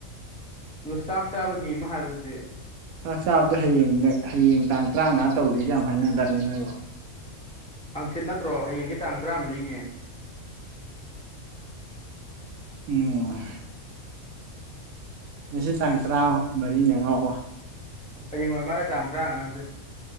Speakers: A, in the centre; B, on the right (about 80°).
A: ꯑꯗꯨ ꯆꯥꯛ ꯆꯥꯕꯒꯤ ꯑꯃ ꯍꯥꯏꯕꯗꯨꯗꯤ
B: ꯆꯥꯛ ꯆꯥꯕꯗꯣ ꯍꯌꯦꯡ ꯍꯌꯦꯡ ꯇꯥꯡ ꯇꯔꯥꯃꯉꯥ ꯇꯧꯁꯦꯒꯥꯏ ꯌꯥꯝ ꯍꯥꯏꯅꯗꯥꯏꯅꯦ ꯅꯣꯏꯕꯨ
A: ꯍꯪꯆꯤꯠ ꯅꯠꯇ꯭ꯔꯣ ꯍꯌꯦꯡꯁꯦ ꯇꯥꯡ ꯇꯔꯥꯃꯔꯤꯅꯦ
B: ꯎꯝ ꯉꯁꯤ ꯇꯥꯡ ꯇꯔꯥ ꯃꯔꯤꯅ ꯑꯉꯥꯎꯋꯥ
A: ꯍꯌꯦꯡ ꯑꯣꯏꯔ ꯃꯥꯜꯂꯦ ꯇꯥꯡ ꯇꯔꯥꯉꯥꯁꯦ